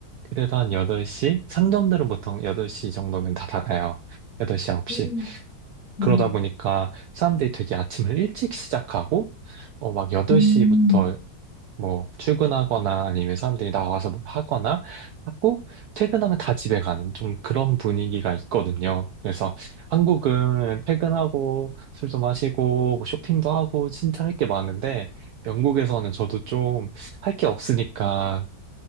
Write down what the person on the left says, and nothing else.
음,
음.
음,